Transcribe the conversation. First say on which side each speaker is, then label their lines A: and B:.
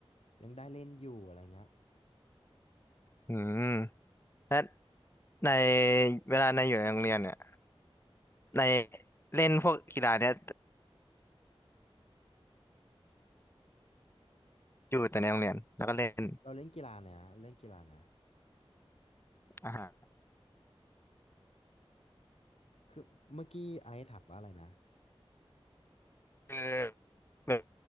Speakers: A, on the left (about 90°); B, on the left (about 25°).
A: ยังได้เล่นอยู่อะไรเงี้ย
B: อืมและในเวลาในอยู่ในโรงเรียนเนี่ยในเล่นพวกกีฬาเนี่ยอยู่แต่ในโรงเรียนแล้วก็เล่น
A: เราเล่นกีฬาเนี่ยนะเล่นกีฬาเนี่ย
B: อ่าฮะ
A: คือเมื่อกี้ไอซ์ถามว่าอะไรนะ
B: คือแบบ